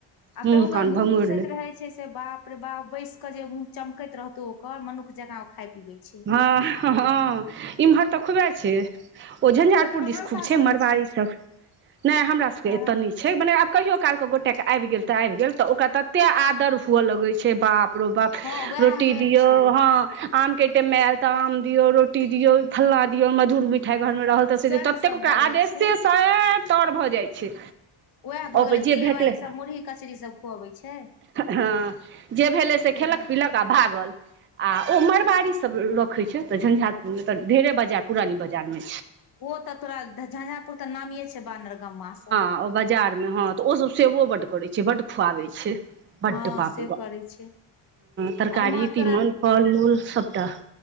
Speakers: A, on the left; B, on the right.
A: आब
B: मुँह
A: तहु में
B: कान
A: मुंह
B: भमौर
A: दुसैत
B: ले
A: रहै छै छै से बाप रे बाप बैस के जे मुँह चमकैत रहतौ ओकर मनुख जेका खाय पीबै छै
B: हँ हँ इमहर तऽ खुबे छै ओ झंझारपुर
A: से तऽ हमरो
B: दिस खूब
A: सासुर
B: छै मड़वाड़ी
A: मे
B: सब नहि हमरा सब के
A: हँ
B: एते न छै छै मने आब कहियओ कालके गोटेके आबि गेल तऽ आबि गेल तऽ ओकरा ततेक आदर हुअ लगै छै बाप बाप रो बाप
A: हँ वएह
B: रोटी
A: मेन
B: दियौ
A: छै
B: हँ आम के टेल ताम दियऔ रोटी दियऔ फल्ला दियऔ मधुर मिठा मिठाइ घरमे रहल तऽ
A: सएह
B: स ततेक
A: सब
B: ओकरा
A: भऽ जाइ
B: आदेशे
A: छै
B: सँ स तर भऽ जाइ छै
A: वैह भऽ
B: अबै
A: गेलै
B: जे
A: तिले
B: भेटलै
A: बाड़ीसभ मुरही कचरी सब खुअबै छै
B: हँ जे भेलै से
A: तै
B: खेलक
A: दुआरे
B: पीलक आ भागल आ ओ मरबाड़ी
A: तऽ
B: सब सब रखे छै तऽ झंझारपुर मे तऽ ढेरे बाजार पुरानी बाजार में
A: ओ तऽ तोरा झंझारपुर तऽ नामीे छै बानरगमा स
B: हँ ओ बाजार हँ तऽ ओ सब सेवो बड करै छै बड्ड खुआबै छै बड्ड
A: हँ
B: बापरेबा
A: से करै छै
B: तरकारी
A: आ उम्हर
B: तीमन
A: तोरा
B: फल मूल सबटा